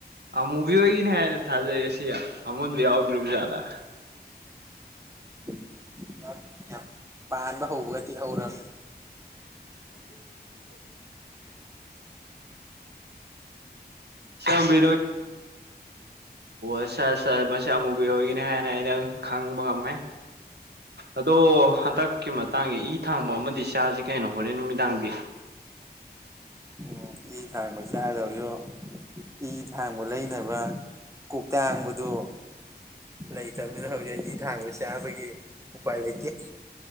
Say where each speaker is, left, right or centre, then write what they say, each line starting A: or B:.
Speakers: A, on the right (about 75°); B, on the right (about 15°).
A: ꯑꯃꯨꯕꯤ ꯍꯣꯏꯒꯤꯅꯦ ꯍꯥꯏꯅ ꯊꯥꯖꯩ ꯑꯁꯤ ꯑꯃꯨꯟꯕ ꯌꯥꯎꯗ꯭ꯔꯤꯕ ꯖꯥꯠꯂ
B: <inaudible> ꯄꯥꯟꯕ ꯍꯧꯕꯒ ꯇꯦꯛꯍꯧꯔꯝꯅꯤ <inaudible>
A: <unintelligible> ꯑꯣ ꯑꯁꯥ ꯑꯁꯥ ꯃꯁꯤ ꯑꯃꯨꯕꯤ ꯍꯣꯏꯒꯤꯅꯦ ꯍꯥꯏꯅ ꯑꯩꯅ ꯈꯪꯕ ꯉꯝꯃꯦ ꯑꯗꯣ ꯍꯟꯗꯛꯀꯤ ꯃꯇꯥꯡꯒꯤ ꯏ ꯊꯥꯡꯕ ꯑꯃꯗꯤ ꯆꯥꯁꯤ ꯀꯦꯅꯣ ꯍꯣꯔꯦꯟ ꯅꯨꯃꯤꯗꯥꯡꯗꯤ
B: ꯎꯝ ꯏ ꯊꯥꯡꯕ ꯆꯗꯧꯁꯨ ꯏ ꯊꯥꯡꯕ ꯂꯩꯅꯕ ꯀꯣꯛ ꯇꯥꯡꯕꯗꯨ ꯂꯩꯇꯕꯅꯤꯅ ꯍꯧꯖꯤꯛ ꯏ ꯊꯥꯡꯕ ꯆꯥꯕꯒꯤ ꯎꯄꯥꯏ ꯂꯩꯇꯦ